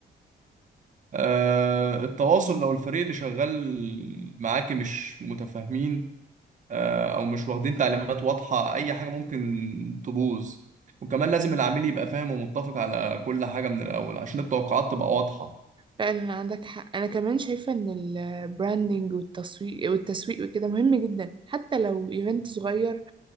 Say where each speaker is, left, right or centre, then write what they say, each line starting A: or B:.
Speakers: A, on the right; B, on the right.
A: آه، التواصل لو الفريق اللي شغال معاكي مش متفاهمين آه، أو مش واخدين تعليمات واضحة أي حاجة ممكن تبوظ وكمان لازم العميل يبقى فاهم ومتفق على كل حاجة من الأول عشان التوقعات تبقى واضحة
B: فعلا عندك حق انا كمان شايفة ان البراندنج والتسويق والتسويق وكده مهم جدا حتى لو ايفنت صغير